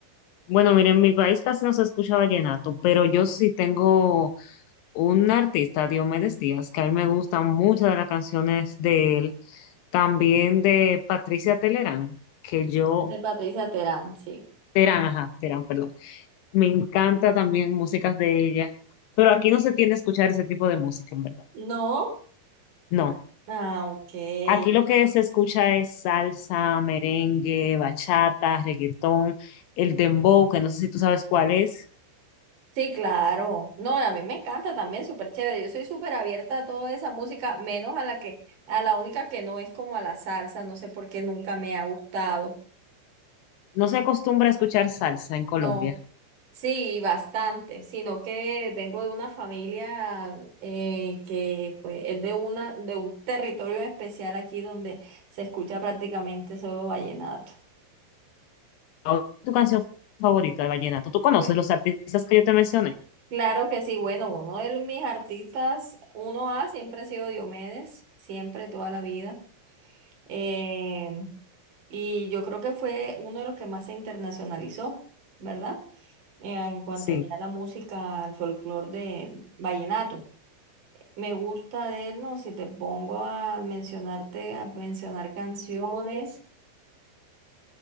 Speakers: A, on the left; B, on the right.
A: Bueno, mira, en mi país casi no se escucha vallenato, pero yo sí tengo un artista, Diomedes Díaz, que a mí me gustan muchas de las canciones de él, también de Patricia Telerán, que yo,
B: De Patricia Terán, sí.
A: Terán, ajá, Terán, perdón. Me encanta también músicas de ella, pero aquí no se tiende a escuchar ese tipo de música, en verdad.
B: ¿No?
A: No.
B: Ah, ok.
A: Aquí lo que se escucha es salsa, merengue, bachata, reggaetón, el dembow, que no sé si tú sabes cuál es.
B: Sí, claro. No, a mí me encanta también, súper chévere. Yo soy súper abierta a toda esa música, menos a la que, a la única que no es como a la salsa, no sé por qué nunca me ha gustado.
A: No se acostumbra a escuchar salsa en Colombia.
B: No, sí, bastante, sino que vengo de una familia eh, que pues es de una, de un territorio en especial aquí donde se escucha prácticamente solo vallenato.
A: ¿Cuál es tu canción favorita de vallenato? ¿Tú conoces
B: Bueno,
A: los artistas que yo te mencioné?
B: Claro que sí, bueno, uno de mis artistas, uno A, siempre ha sido Diomedes, siempre, toda la vida. Eh, y yo creo que fue uno de los que más se internacionalizó, ¿verdad? Eh, en cuanto
A: Sí,
B: aquí a la música, al folclore de vallenato. Me gusta de él, ¿no? Si te pongo a mencionarte, a mencionar canciones,